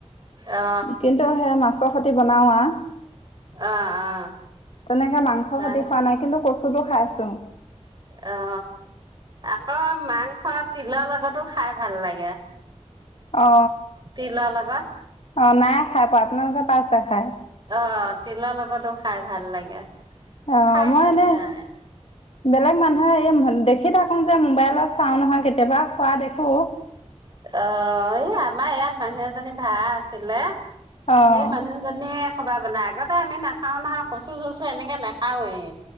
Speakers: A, on the right (about 40°); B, on the left (about 60°).
A: অ
B: কিন্তু সেইয়া মাছৰ খতি তি বনাও আ
A: অ অ
B: তেনেকে মাংসৰ
A: তাৰ
B: খতি খোৱা নাই কিন্তু কচুটো খাইছো।
A: অ আকৌ মাংস তিলৰ লগতো খাই ভাল লাগে
B: অ
A: তিলৰ লগত
B: অ নাই খাই পোৱা আপোনালোকে পাইছে খাই?
A: অ তিলৰ লগতো খাই ভাল লাগে
B: অ
A: খাইছো
B: মই এনে
A: সেয়া
B: বেলেগ মানুহে এই দেখি থাকো যে মোবাইলত চাও নহয় কেতিয়াবা খোৱা দেখো।
A: অ এই আমাৰ ইয়াত মানুহ এজনী ভাৰা আছিলে।
B: অ',
A: সেই মানুহজনীয়ে বনাই আগতে আমি নাখাও নহয় কচু চচু এনেকে নাখাওৱে